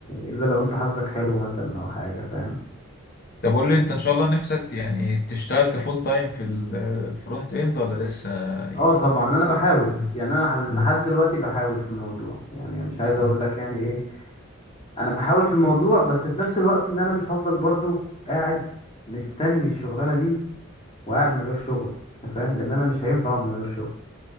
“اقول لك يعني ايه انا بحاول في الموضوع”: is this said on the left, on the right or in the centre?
Left